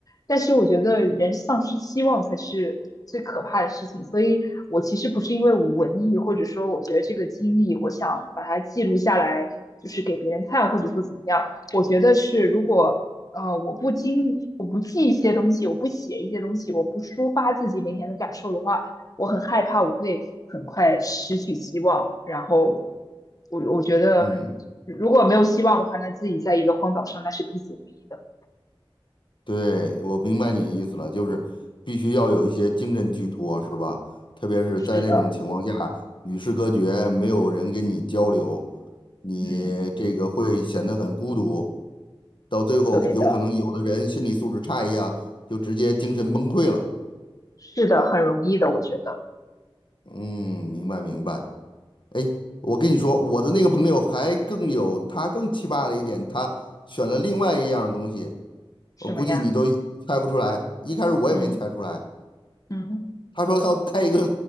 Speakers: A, on the left (about 40°); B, on the left (about 55°).
A: 但是我觉得人丧失希望才是最可怕的事情，所以我其实不是因为我文艺，或者说我觉得这个经历，我想把它记录下来，就是给别人看，或者说怎么样。我觉得是，如果呃我不经我不记一些东西，我不写一些东西，我不抒发自己每天的感受的话，我很害怕我会很快失去希望。然后我我觉得
B: 嗯，
A: 如果没有希望的话，那自己在一个荒岛上那是必死无疑的。
B: 对，我明白你的意思了，就是必须要有一些精神寄托，是吧？特别是在那种情况下，
A: 是的，
B: 与世隔绝，没有人跟你交流，你这个会显得很孤独，
A: 嗯。
B: 到最后有可能有的人心理素质差一下，
A: 对的，
B: 就直接精神崩溃了。
A: 是的，很容易的，我觉得
B: 嗯，明白明白。哎，我跟你说，我的那个朋友还更有，他更奇葩的一点，他选了另外一样东西，我估计你都猜不出来。
A: 什么呀？
B: 一开始我也没猜出来，
A: 嗯嗯，
B: 他说他要带一个